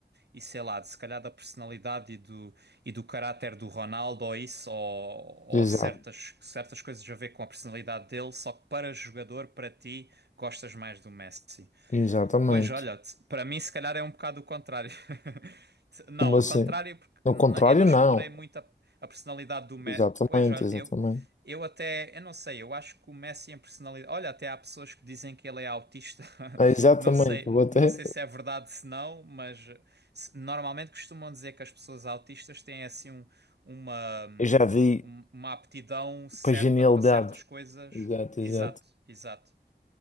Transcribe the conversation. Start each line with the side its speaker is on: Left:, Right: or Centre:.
Right: e sei lá, de, se calhar da personalidade e do, e do caráter do Ronaldo ou isso, ou, ou
Left: exato,
Right: certas, certas coisas a ver com a personalidade dele, só que para jogador, para ti, gostas mais do Messi.
Left: exatamente.
Right: Pois olha, t- para mim se calhar é um bocado o contrário. <laughs> T- Não,
Left: Como assim?
Right: o contrário porque
Left: No
Right: na-
Left: contrário,
Right: eu não
Left: não.
Right: explorei muito a, a personalidade do Messi.
Left: Exatamente,
Right: Pois olha,
Left: exatamente.
Right: eu, eu até, eu não sei, eu acho que o Messi em personalidade. Olha, até há pessoas que dizem que ele é autista.
Left: É, Exatamente,
Right: <laughs> Não sei,
Left: vou até.
Right: não sei se é verdade se não, mas se- normalmente costumam dizer que as pessoas autistas têm assim um- uma,
Left: Eu já vi
Right: um- uma aptidão certa
Left: para genialidade.
Right: para certas coisas.
Left: Exato,
Right: Exato,
Left: exato.
Right: exato.